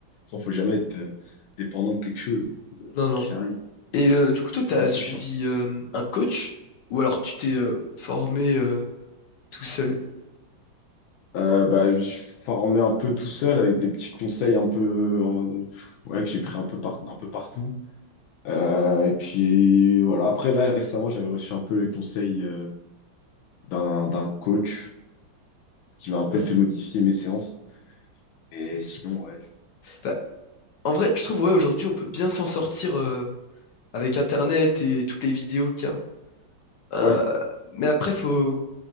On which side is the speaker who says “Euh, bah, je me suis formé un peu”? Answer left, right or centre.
Left